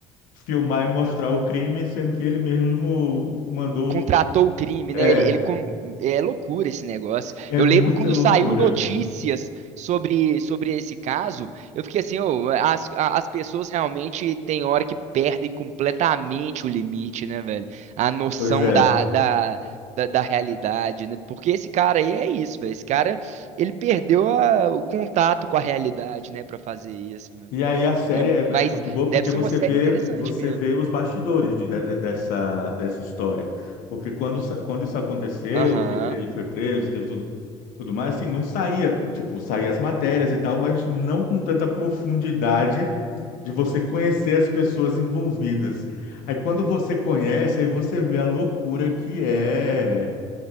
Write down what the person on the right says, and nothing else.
contratou o crime,
né? Ele, ele com- é loucura esse negócio.
Eu
lembro quando
saiu notícias sobre, sobre esse caso, eu fiquei assim, ô, as, a- as pessoas realmente tem hora que perdem completamente o limite, né, velho? A noção
da, da, da, da realidade, né? Porque esse cara aí é isso, velho. Esse cara, ele perdeu a- o contato com a realidade, né, Pra fazer isso, né?
É, mas
deve
ser
uma série
interessante
mesmo.
Aham.